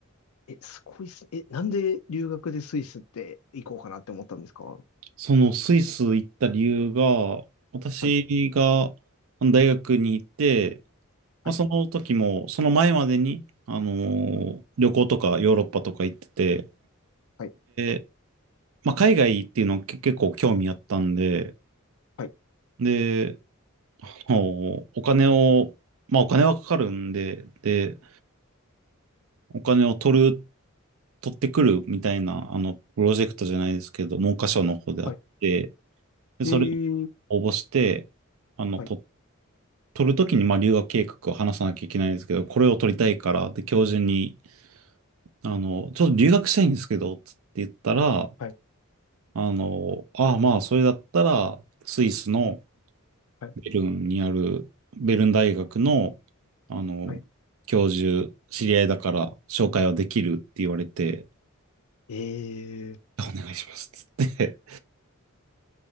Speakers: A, on the left; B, on the right.
A: え、すごいっす。え、なんで留学でスイスって行こうかなって思ったんですかは
B: そのスイス行った理由が、私が
A: い、
B: あの大学に行って、
A: はい、
B: まあ、その時も、その前までに、あのー旅行とかヨーロッパとか行ってて、
A: はい、
B: で、まあ、海外っていうのけ結構興味あったんで、
A: はい、
B: で、もうお金を、まあ、お金はかかるんで、で、お金を取る、取ってくるみたいな、あの、プロジェクトじゃないですけど、文科省の方であって、
A: はい。
B: で、
A: えー、
B: それを応募して、あの、
A: はい、
B: と、取るときに、まあ、留学計画を話さなきゃいけないんですけど、これを取りたいから、で、教授に、あの、ちょっと留学したいんですけど、つって言ったら、
A: はい、
B: あの、ああ、まあ、それだったら、スイスの
A: はい、
B: ベルンにある、ベルン大学の、あの、
A: はい。
B: 教授、知り合いだから、紹介はできるって言われて、
A: えー、
B: お願いします、つって。